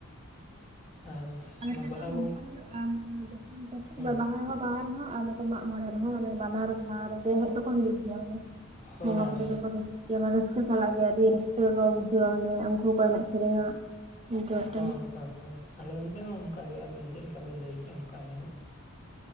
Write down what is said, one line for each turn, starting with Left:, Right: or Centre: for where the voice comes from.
Left: ᱟᱨ
Right: ᱟᱞᱮᱥᱮᱫ
Left: ᱚᱱᱟ ᱵᱟᱦᱟ
Right: ᱫᱚ ᱱᱚᱝᱠᱟ
Left: ᱵᱚᱱ
Right: ᱦᱩᱭᱩᱜ-ᱟ ᱢᱟᱱᱮ ᱡᱚᱠᱷᱚᱱ ᱛᱟᱯᱚᱨ
Left: ᱦᱮᱸ
Right: ᱵᱟ ᱵᱟᱦᱟ ᱦᱚᱸ ᱰᱟᱦᱟ ᱨᱮᱦᱚᱸ ᱟᱨ ᱱᱚᱛᱮ ᱢᱟᱜ ᱢᱚᱬᱮ ᱨᱮᱦᱚᱸ ᱢᱟᱱᱮ ᱵᱟᱱᱟᱨ ᱫᱷᱟᱣ ᱨᱮᱜᱮ ᱦᱮᱡ ᱫᱚᱠᱚ ᱦᱤᱡᱩᱜ ᱜᱮᱭᱟ ᱢᱟᱱᱮ᱾
Left: ᱦᱳᱭ
Right: ᱜᱚᱸᱜᱟ
Left: ᱟᱞᱮ
Right: ᱵᱩᱨᱩ ᱫᱚ ᱠᱚ ᱦᱤᱡᱩᱜ ᱜᱮᱭᱟ ᱢᱟᱱᱮ ᱨᱟᱹᱥᱠᱟᱹ ᱥᱟᱞᱟᱜ ᱜᱮ ᱟᱹᱰᱤ ᱨᱟᱹᱥᱠᱟᱹ ᱠᱚ ᱵᱩᱡᱷᱟᱹᱣᱟ ᱢᱟᱱᱮ ᱩᱱᱝᱠᱩ ᱦᱚᱠᱚ ᱮᱱᱮᱡ ᱥᱮᱨᱮᱧᱟ᱾ ᱤᱱᱠᱟᱹ ᱢᱤᱫᱴᱮᱱ
Left: ᱦᱳᱭ ᱦᱳᱭ ᱦᱳᱭ ᱟᱞᱮ ᱚᱱᱚᱰᱮ ᱦᱚᱸ ᱚᱱᱠᱟ ᱜᱮ᱾ ᱟᱹᱵᱤᱱ ᱪᱮᱫ ᱞᱮᱠᱟ ᱵᱤᱱ ᱞᱟᱹᱭ ᱠᱮᱜᱼᱟ ᱚᱱᱠᱟᱜᱮ ᱦᱟᱸᱜ᱾